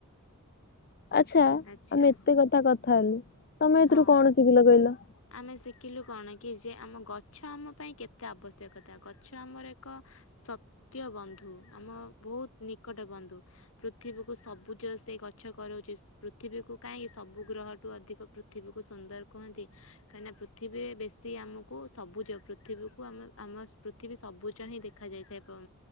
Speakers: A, on the left; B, on the left.
A: ଆଚ୍ଛା
B: ଆଚ୍ଛା
A: ଆମେ ଏତେ କଥା କଥା ହେଲୁ, ତମେ ଏଥିରୁ
B: ହଁ
A: କଣ ଶିଖିଲ କହିଲ?
B: ଆମେ ଶିଖିଲୁ କଣ କି ଯେ, ଆମ ଗଛ ଆମ ପାଇଁ କେତେ ଆବଶ୍ୟକତା, ଗଛ ଆମର ଏକ ସତ୍ୟ ବନ୍ଧୁ, ଆମ ବହୁତ ନିକଟ ବନ୍ଧୁ। ପୃଥିବୀକୁ ସବୁଜ ସେଇ ଗଛ କରଉଛି, ପୃଥିବୀକୁ କାହିଁକି ସବୁ ଗ୍ରହଠୁ ଅଧିକ ପୃଥିବୀକୁ ସୁନ୍ଦର କୁହନ୍ତି? କାହିଁକି ନା ପୃଥିବୀରେ ବେଶୀ ଆମକୁ ସବୁଜ, ପୃଥିବୀକୁ ଆମ ଆମ ପୃଥିବୀ ସବୁଜ ହିଁ ଦେଖା ଯାଇଥାଏ।